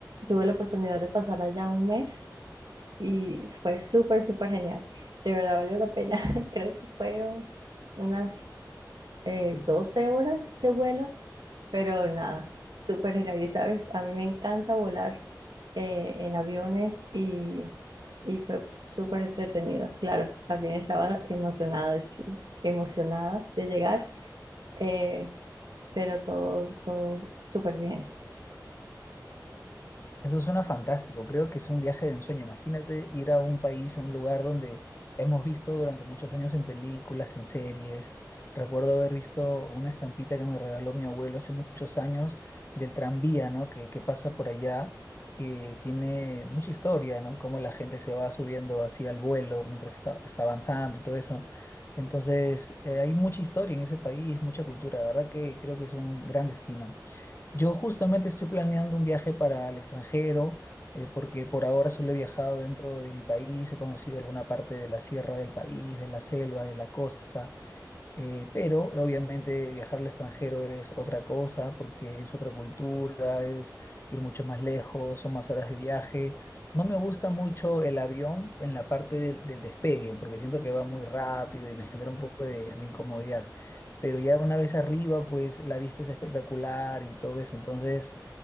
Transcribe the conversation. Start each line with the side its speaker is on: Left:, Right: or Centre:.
Right: tuve la oportunidad de pasar allá un mes y fue súper, súper genial. De verdad valió la pena. <laughs> Creo que fueron unas eh, 12 horas de vuelo, pero nada, súper genial. Y sabes, a mí me encanta volar eh, en aviones y, y fue súper entretenido. Claro, también estaba emocionada, de- sí, emocionada de llegar, eh, pero todo, todo súper bien.
Left: Eso suena fantástico, creo que es un viaje de ensueño. Imagínate ir a un país, a un lugar donde hemos visto durante muchos años en películas, en series. Recuerdo haber visto una estampita que me regaló mi abuelo hace muchos años del tranvía, ¿no? Que, que pasa por allá, que tiene mucha historia, ¿no? Y cómo la gente se va subiendo así al vuelo mientras que está, está avanzando y todo eso. Entonces, eh, hay mucha historia en ese país, mucha cultura. La verdad que creo que es un gran destino. Yo justamente estoy planeando un viaje para el extranjero, eh, porque por ahora solo he viajado dentro de mi país, he conocido alguna parte de la sierra del país, de la selva, de la costa, eh, pero obviamente viajar al extranjero es otra cosa porque es otra cultura, es ir mucho más lejos, son más horas de viaje. No me gusta mucho el avión en la parte del, del despegue porque siento que va muy rápido y me genera un poco de, de incomodidad. Pero ya una vez arriba, pues la vista es espectacular y todo eso. Entonces,